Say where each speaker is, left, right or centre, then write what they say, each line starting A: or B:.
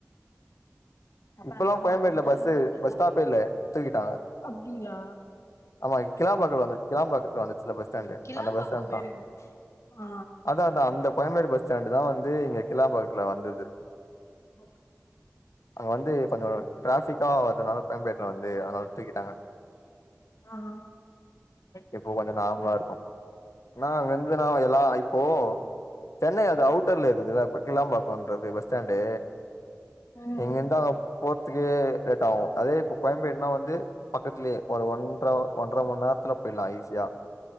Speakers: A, on the left; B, on the left.
A: அப்ப
B: இப்பல்லா
A: நா தம்மா
B: கோயம்பேட்ல
A: துண்டா
B: பஸ்சே
A: இருந்தே அவ்ளோதா
B: பஸ் ஸ்டாப்பே இல்ல தூக்கிட்டாங்க
A: அப்டிங்களா
B: ஆமா கிலாம்பாக்கல வந்து கிலாம்பாக்கத்துல வந்துச்சுல்ல பஸ் ஸ்டாண்டு
A: கிளாம்பாக்கம்
B: அந்த பஸ் ஸ்டான்தாஅத்தா
A: போயிருங்க ஆ
B: அத்தா அந்த கோயம்பேடு பஸ் ஸ்டேண்டுதா வந்து இங்க கிலாம்பாக்கத்துல வந்தது
A: அப்
B: அங்க வந்து கொஞ்சோ டிராஃபிக்கா வருதனால கோயம்பேட்ல வந்து அதனால தூக்கிட்டாங்க
A: அ அ
B: இப்போ கொஞ்சோ நார்மலா இருக்கு ஆனா அங்க இருந்து நா எல்லா இப்போ சென்னை அது அவுட்டர்ல இருக்குதுல்ல இப்ப கிளாம்பாக்கோன்றது பஸ் ஸ்டாண்டு
A: ம்
B: இங்கிந்து அ போற்துக்கே லேட் ஆவு அதே இப்போ கோய்ம்பேட்னா வந்து பக்கத்துலியே ஒரு ஒன்ற்ர ஒன்ற்ர மண் நேர்த்துல போய்லா ஈஸியா